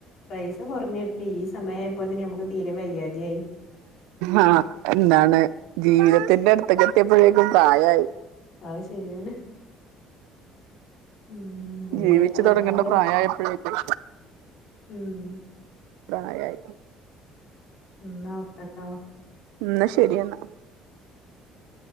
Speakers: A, on the left (about 60°); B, on the right (about 80°).
A: പൈസ കുറഞ്ഞിട്ട് ഈ സമയായപ്പോത്തിന് നമുക്ക് തീരെ വയ്യാതിയായി
B: ആഹ് എന്താണ് ജീവിതത്തിന്റെ അടുത്തേ കെത്തിയപ്പോഴേക്കും പ്രായമായി
A: അത് ശരിയാണ് ഉം ഇനി
B: ജീവിച്ചു
A: എത്ര
B: തുടങ്ങണ്ട
A: കാലം
B: പ്രായം ആയപ്പോഴേക്കും
A: ഉം
B: പ്രായയി
A: എന്നാ ഓക്കെട്ടോ
B: എന്നാ ശരിയെന്നാ